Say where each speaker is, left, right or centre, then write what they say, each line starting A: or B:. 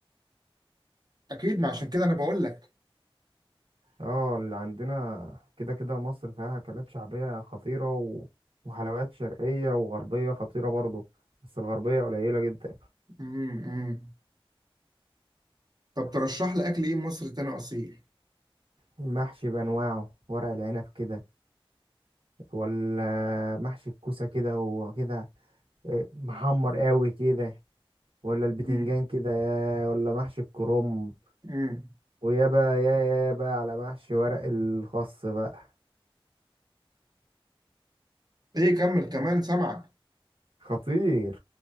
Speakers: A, on the right (about 45°); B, on the right (about 70°).
A: اكيد ما عشان كده انا بقول لك
B: اه اللي عندنا كده كده مصر فيها اكلات شعبية خطيرة و... وحلويات شرقية وغربية خطيرة برضو بس الغربية قليلة جدا
A: امم أمم. طب ترشح لي اكل ايه مصري تاني اصيل
B: محشي بأنواعه ورق العنب كده ولا محشي الكوسة كده وكده إيه، محمر قوي كده ولا البتنجان
A: مم.
B: كده ولا محشي الكرنب
A: مم.
B: ويا بقى يا يا بقى على محشي ورق الخاص بقى
A: ايه كمل كمان سامعك
B: خطير